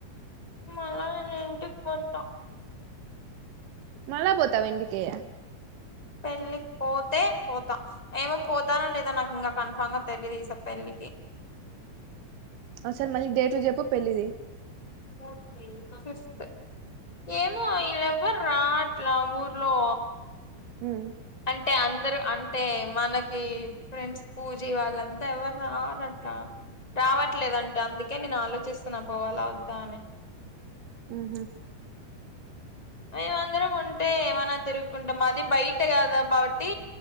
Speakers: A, on the left; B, on the right.
A: మళ్ళ నే ఇంటికి పోతా
B: మళా పోతావా ఇంటికి
A: పెళ్లిికి పోతే పోతాం ఏమో పోతానో లేదా నాకు ఇంకా కన్ఫామ్ గా తెలిదు ఈసారి పెళ్లిికి కి
B: అసల్ మళ్ళీ డేట్లు చెప్పు పెళ్ళిది
A: ఒకే మదర్స్ డే ఏమో ఎవర్రాట్లా ఊర్లో
B: హ్మ్
A: అంటే అందరూ అంటే మనకి ఫ్రెండ్స్ పూజీ వాళ్ళంతా ఎవరు రావరు అట్లా రావట్లేదంటే అందుకే నేను ఆలోచిస్తున్నా పోవాల వద్దా అని
B: ఉహూ
A: మేమందరం అంటే ఏమనా తిరుగుకుంటాం అది బయట కాదా కాబట్టి